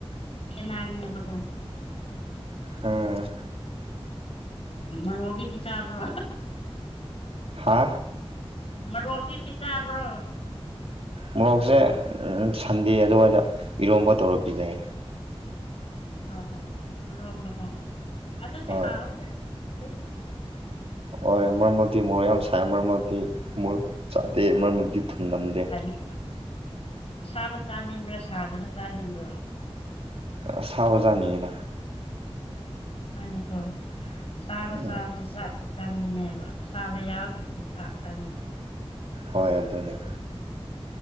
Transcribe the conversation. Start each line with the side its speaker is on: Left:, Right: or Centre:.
Left: ꯈꯦꯠꯅꯒꯅꯦꯕꯀꯣ
Right: ꯎꯝ
Left: ꯃꯔꯣꯛꯗꯤ ꯄꯤꯆꯥꯥꯕ꯭ꯔꯣ
Right: ꯍꯥ
Left: ꯃꯣꯔꯣꯛꯇꯤ ꯄꯤꯖꯥꯕ꯭ꯔꯣ
Right: ꯃꯣꯔꯣꯛꯁꯦ ꯁꯟꯗꯦ ꯑꯗꯨꯋꯥꯏꯗ ꯏꯔꯣꯝꯕ ꯇꯧꯔ ꯄꯤꯖꯩ
Left: ꯍꯣꯏ ꯍꯣꯏ ꯂꯔꯣꯝꯕꯀꯣ ꯑꯗꯨꯗꯤ
Right: ꯍꯣꯏ
Left: ꯍꯥꯎꯑꯣꯏꯗ ꯑꯗꯨ
Right: ꯍ ꯃꯔꯛ ꯃꯔꯛꯗꯤ ꯃꯔꯣꯛ ꯌꯥꯝ ꯁꯥꯏ ꯃꯔꯛ ꯃꯔꯛꯗꯤ ꯃꯣꯔꯣꯛ ꯆꯥꯗꯦ ꯃꯔꯛ ꯃꯔꯛꯗꯤ ꯊꯨꯝ ꯅꯝꯗꯦ
Left: <unintelligible> ꯑꯁꯥꯕ ꯆꯥꯅꯤꯡꯕ꯭ꯔꯥ ꯁꯥꯗꯕ ꯆꯥꯅꯤꯡꯕ꯭ꯔꯥ
Right: ꯑꯁꯥꯕ ꯆꯥꯅꯤꯡꯉꯤꯅ
Left: ꯍꯥꯏꯅꯤꯀꯣ ꯁꯥꯕ
Right: ꯎꯝ
Left: ꯆꯥꯕꯁꯦ ꯆꯥꯛ ꯆꯪꯕꯅꯦꯕ ꯑꯁꯥꯕ ꯌꯥꯎꯗ꯭ꯔꯗꯤ ꯆꯥꯛ ꯆꯪꯉꯅꯤ
Right: ꯍꯣꯏ ꯑꯗꯨꯅꯤ